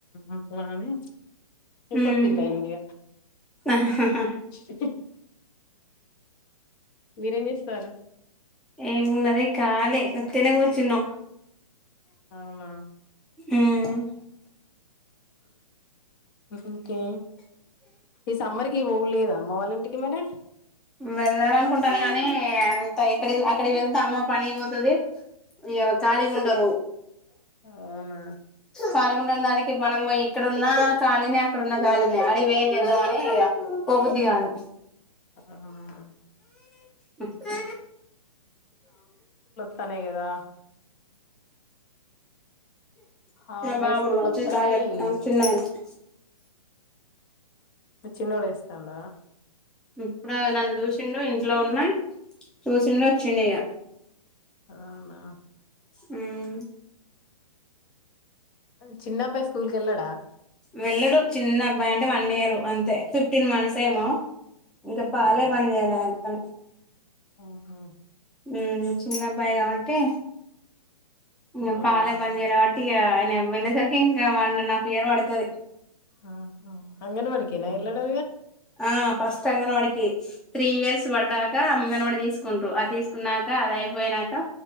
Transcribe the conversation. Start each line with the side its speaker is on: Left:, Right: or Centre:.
Left: అట్లాని ఈ
Centre: ఉమ్
Left: కొత్తిల్లు ఏంది
Centre: ఆహాహా
Left: ఉహు మీరు ఏం ఇస్తారు
Centre: ఏమున్నది కాళ్ళి ఒత్తినే కూర్చున్నా
Left: అవునా
Centre: ఉమ్
Left: ఉహుమ్ కే ఈ సమ్మర్ కి పోలేదా అమ్మ వాళ్ళ ఇంటి కిమ్ బాబాయ్
Centre: వెళ్ళాలనుకుంటాను గానీ ఎంత ఎక్కడి అక్కడి వెళ్తే అమ్మ పని పోతది ఇక ఖాళీగా ఉండరు
Left: అవునా
Centre: ఖాళీగా ఉండ దానికి మనం ఇక్కడున్న ఖాళినే అక్కడున్న ఖాళినే అడకి పోయి ఏం చేద్దాంమని పోబుద్ది కాదు
Left: అవునా
Centre: ఆ
Left: తనే కదా హాఫ్
Centre: బాబు
Left: డే స్కూల్
Centre: కాలు
Left: వస్తాన్నాయి
Centre: చూడు చిన్నగా ఉన్నాయి
Left: మీ చిన్నోడు ఏడుస్తాండా
Centre: ఇప్పుడు నన్ను చూసిండు ఇంట్లో ఉన్నా చూసిండు వచ్చిండు ఇక
Left: అవునా
Centre: ఉమ్
Left: చిన్నబాయి స్కూల్ కి వెళ్ళడా
Centre: వెళ్ళడు చిన్న అబ్బాయి అంటే వన్ ఇయర్ అంతే ఫిఫ్టీన్ మంత్స్ ఏమో ఇంకా పాలే
Left: అవునా
Centre: బన్ చేయల తనకి
Left: ఆహా
Centre: ఉమ్ చిన్న అబ్బాయి కాబట్టి ఇక
Left: అవునా
Centre: పాలే బన్ చేయల వాట్ ఇగ ఆయన వెళ్ళే సరికి ఇంకా వన్నా పేరు పడతది
Left: ఆ అంగన్వాడి కి అయిన వెళ్లాడా
Centre: ఆ ఫస్ట్ అంగన్వాడీ కే త్రీ ఇయర్స్ పడ్డాక అంగన్వాడి తీసుకుంట్రు అది తీసుకున్నాక అది అయిపోయినాక